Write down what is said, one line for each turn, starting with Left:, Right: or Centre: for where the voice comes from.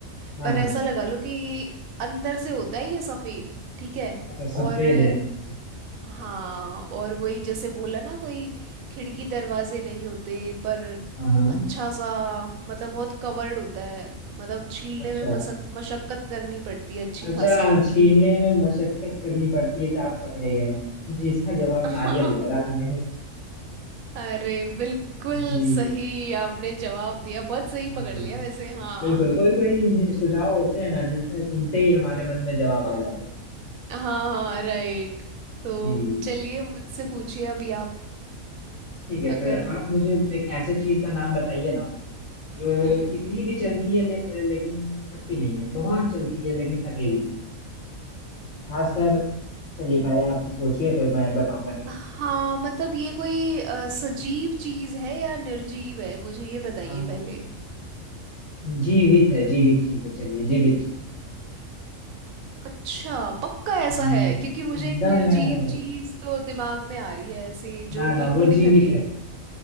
Left: हाँ
Right: पर
Left: हाँ
Right: ऐसा लगा लो कि अंदर से होता है ये सफेद ठीक है
Left: अच्छा सफेद
Right: और
Left: है अंदर से
Right: हाँ और वही जैसे बोला ना कोई खिड़की दरवाजे नहीं होते पर
Left: हाँ हाँ
Right: अच्छा सा मतलब बहुत कवर्ड होता है मतलब छीलने
Left: अच्छा
Right: में मशक मशक्कत करनी पड़ती है अच्छी
Left: अच्छा
Right: खासी
Left: छीलने में मशक्कत करनी पड़ती है तो आप पकड़े गए हैं। जी इसका जवाब
Right: <laughs>
Left: नारियल लग रहा है हमें
Right: अरे बिल्कुल
Left: जी
Right: सही आपने जवाब दिया बहुत सही
Left: हाँ
Right: पकड़ लिया वैसे हाँ
Left: बिल्कुल
Right: <laughs>
Left: कोई कोई सुझाव होते हैं ना जिसे सुनते ही हमारे मन में जवाब आ जाते हैं
Right: हाँ हाँ राइट तो
Left: जी
Right: चलिए मुझसे पूछिए अभी आप
Left: ठीक है
Right: अगर
Left: फिर आप मुझे एक ऐसे चीज का नाम बताइए ना जो
Right: हम्म
Left: कितनी भी चलती है ले, लेकिन थकती नहीं है बहुत चलती है लेकिन थकेगी नहीं खासकर चलिए पहले आप सोचिए फिर मैं बताऊंगा हिंट
Right: हाँ मतलब ये कोई अ, सजीव चीज है या निर्जीव है मुझे ये बताइए
Left: आ,
Right: पहले
Left: जीवित है जीवित चीज है चलिए जीवित चीज
Right: अच्छा पक्का ऐसा
Left: हम्म,
Right: है क्योंकि मुझे
Left: एकदम
Right: एक निर्जीव
Left: है
Right: चीज तो दिमाग में आ रही है ऐसे
Left: ना
Right: जो
Left: ना
Right: बिल्कुल
Left: वो
Right: नहीं
Left: जीवित
Right: थके
Left: है